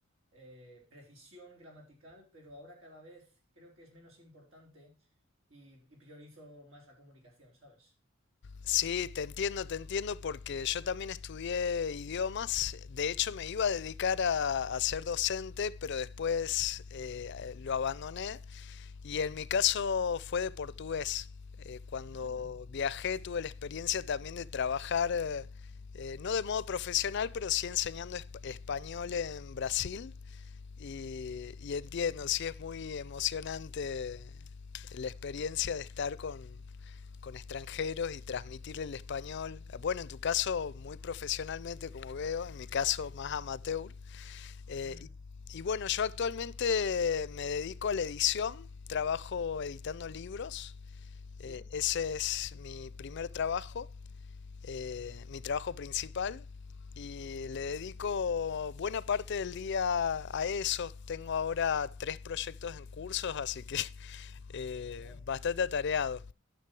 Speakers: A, on the right (about 75°); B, on the left (about 60°).
A: eh, precisión gramatical, pero ahora cada vez creo que es menos importante y, y priorizo más la comunicación, ¿sabes?
B: Sí, te entiendo, te entiendo porque yo también estudié idiomas. De hecho, me iba a dedicar a, a ser docente, pero después eh, lo abandoné. Y
A: Mm,
B: en mi caso fue de portugués. Eh, cuando
A: mm.
B: viajé tuve la experiencia también de trabajar, eh, eh, no de modo profesional, pero sí enseñando esp- español en Brasil. Y, y entiendo,
A: Mm,
B: sí es muy emocionante la experiencia de estar con, con extranjeros y transmitir el español, bueno, en tu caso muy profesionalmente como veo, en mi caso más amateur. Eh,
A: mm,
B: y, y bueno, yo actualmente me dedico a la edición, trabajo editando libros,
A: sí,
B: eh, ese es mi primer trabajo, eh, mi trabajo principal, y le dedico buena parte del día a eso. Tengo ahora tres proyectos en cursos, así que <laughs> eh,
A: wow,
B: bastante atareado.